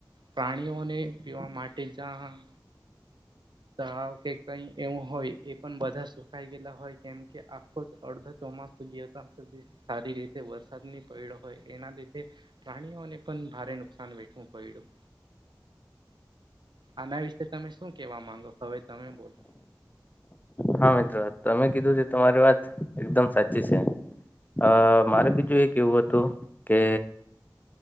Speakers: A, on the right (about 75°); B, on the left (about 20°).
A: પ્રાણીઓને પીવા માટે જ્યાં. તાવ કે કઈ એવું હોય એ પણ બધા સુખાઈ ગયેલા હોય કેમ કે આખો જ અડધો ચોમાસ ધ સારી રીતે વરસાદ ની પડડ હોય એના લીધે પ્રાણીઓને પણ ભારે નુકસાન વેઠવું પડ્યું. આના વિશે તમે શું કેવા માંગો? હવે તમે બોલ.
B: હા મિત્ર તમે કીધું તે તમારી વાત એકદમ સાચી છે. અ મારે બીજું એ કેવું હતું કે